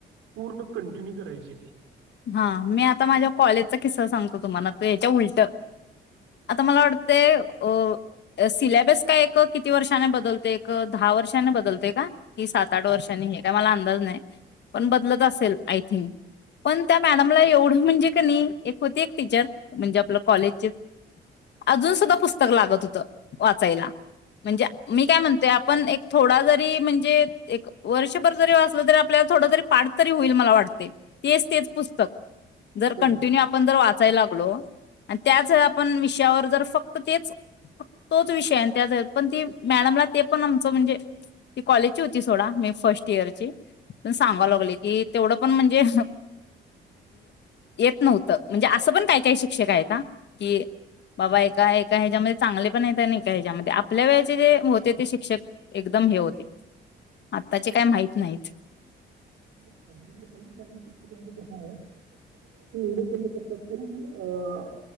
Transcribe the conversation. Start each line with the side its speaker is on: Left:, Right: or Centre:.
Right: पूर्ण कंटिन्यू करायचे ते
Left: हा मी आता माझ्या कॉलेजचा किस्सा सांगतो तुम्हाला याच्या उलटं आता मला वाटतंय. अ सिलेबस काय एक किती वर्षाने बदलते एक दहा वर्षाने बदलते का? कि सात आठ वर्षांनी हे काय मला अंदाज नाही. पण बदलत असेल आयथिंक. पण त्या मॅडमला एवढं म्हणजे की नाही एक होती एक टीचर. म्हणजे आपलं कॉलेजचे. अजून सुद्धा पुस्तक लागत होतं. वाचायला म्हणजे मी काय म्हणतोय आपण एक थोडा जरी म्हणजे एक वर्षभर जरी वाचलं तरी आपल्याला थोडं तरी पाठ तरी होईल मला वाटते. तेच तेच पुस्तक जर
Right: बर
Left: कंटिन्यू आपण जर वाच चाय लागलो. आणि त्याच आपण विषयावर. तर फक्त तेच तोच विषय आन् पण ती मॅडम ते पण आमचं म्हणजे ती कॉलेजची होती सोडा. फर्स्ट इयरची अन् सांगालागले की. तेवढं पण म्हणजे येत नव्हतं म्हणजे असं पण काय काही शिक शिक्षक आहेत आ की, बाबा एका एका ह्याच्यामध्ये चांगले पण आहेत आणि एका ह्याच्यामध्ये आपल्या वेळेचे जे होते ते शिक्षक एकदम हे होते आताचे काय माहित नाही.
Right: काही आणि काही शिक्षकाचे पण ते एवढे बोलत असतात पण अ